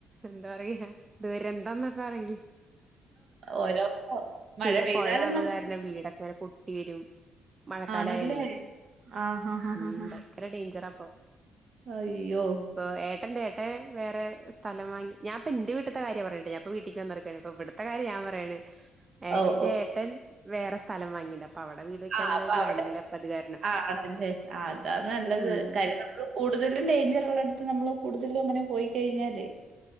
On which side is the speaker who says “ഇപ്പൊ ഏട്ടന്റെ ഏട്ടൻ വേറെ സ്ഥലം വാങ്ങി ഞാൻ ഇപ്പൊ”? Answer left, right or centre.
Right